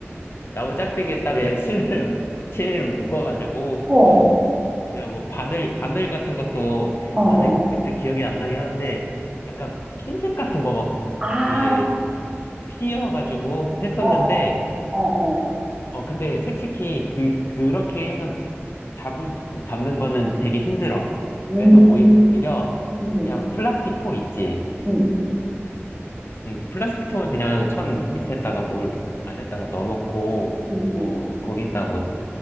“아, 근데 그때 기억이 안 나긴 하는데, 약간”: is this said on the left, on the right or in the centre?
Left